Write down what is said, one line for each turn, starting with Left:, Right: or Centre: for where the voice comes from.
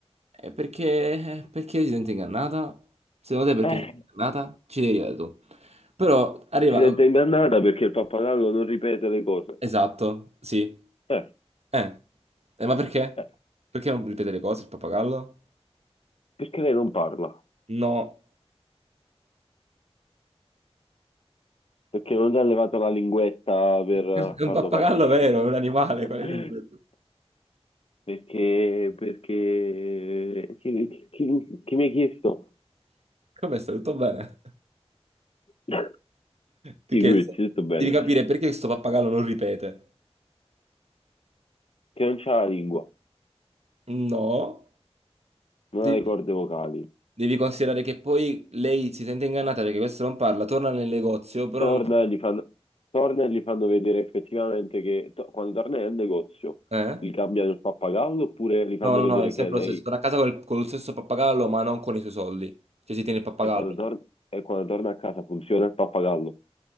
Right: eh, perché, eh, perché si sente ingannata? Secondo te perché
Left: Eh,
Right: si sente ingannata? Ci devi arrivare tu. Però arriva...
Left: si sente ingannata perché il pappagallo non ripete le cose.
Right: Esatto, sì.
Left: Eh,
Right: Eh, Eh, ma perché?
Left: eh,
Right: Perché non ripete le cose il pappagallo?
Left: perché lei non parla?
Right: No.
Left: Perché non gli ha levato la linguetta per
Right: <laughs>
Left: eh,
Right: È un
Left: farlo
Right: pappagallo vero, è un animale,
Left: partire.
Right: quale lingua?
Left: <laughs> Perché, perché chi, chi- chi mi ha chiesto?
Right: Come stai? Tutto bene?
Left: <laughs>
Right: Ti
Left: Figurati,
Right: chiesto,
Left: tutto bello.
Right: devi capire perché questo pappagallo non ripete.
Left: Che non c'ha la lingua,
Right: No,
Left: non
Right: devi,
Left: ha le corde vocali.
Right: devi considerare che poi lei si sente ingannata perché questo non parla, torna nel negozio, però
Left: Torna
Right: non...
Left: e gli fanno, torna e gli fanno vedere effettivamente che to- quando torna nel negozio
Right: Eh?
Left: gli cambiano il pappagallo oppure gli fanno
Right: No, no,
Left: vedere
Right: no, è sempre
Left: che lei
Right: lo stesso. Torna a casa col, con lo stesso pappagallo, ma non con i suoi soldi. Cioè si tiene il pappagallo.
Left: e quando, tor- e quando torna a casa funziona il pappagallo.